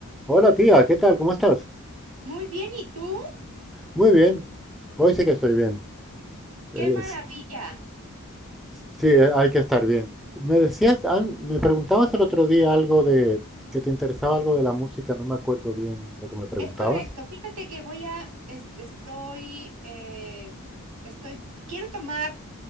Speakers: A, in the centre; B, on the right (about 85°).
A: Hola tía, ¿qué tal? ¿Cómo estás?
B: Muy bien, ¿y tú?
A: Muy bien. Hoy sí que estoy bien. Eh,
B: ¡Qué maravilla!
A: s- sí, eh, hay que estar bien. Me decías, an- me preguntabas el otro día algo de que te interesaba algo de la música, no me acuerdo bien lo que me preguntabas.
B: Es correcto. Fíjate que voy a, es- estoy, eh, estoy, quiero tomar